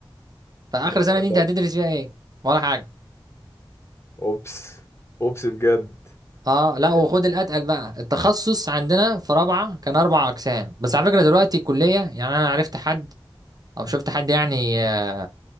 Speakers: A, on the right; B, on the left.
A: فاخر
B: الفل
A: سنة دي انت هتدرس فيها ايه ولا حاجة
B: اوبس اوبس بجد
A: اه لا وخد
B: انت
A: الاتقل بقى التخصص عندنا في رابعة كان اربع اقسام بس على فكرة دلوقتي الكلية يعني انا عرفت حد او شفت حد يعني آه،